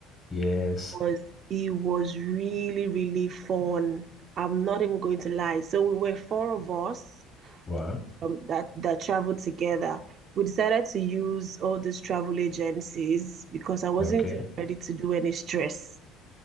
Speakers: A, on the left; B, on the right.
A: Yes.
B: was it was really, really fun. I'm not even going to lie. So we were four of us
A: Wow.
B: um, that that traveled together. We decided to use all these travel agencies because I wasn't
A: Okay.
B: ready to do any stress.